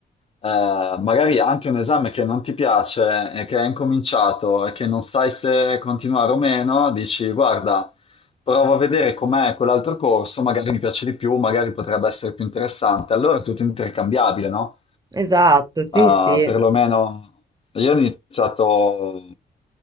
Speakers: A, on the left; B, on the right.
A: magari anche un esame che non ti piace e che è incominciato e che non sai se continuare o meno, dici, guarda, provo a vedere com'è quell'altro corso, magari mi piace di più, magari potrebbe essere più interessante. Allora è tutto intercambiabile, no?
B: Esatto, sì,
A: Ah,
B: sì.
A: perlomeno io ho iniziato